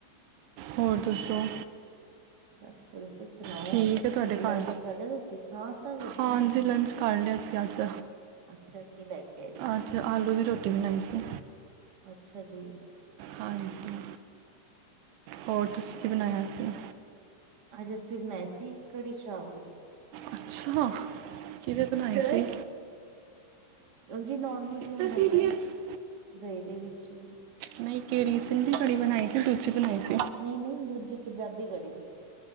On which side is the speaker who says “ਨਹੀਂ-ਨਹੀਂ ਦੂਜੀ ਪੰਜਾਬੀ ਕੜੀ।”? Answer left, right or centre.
Right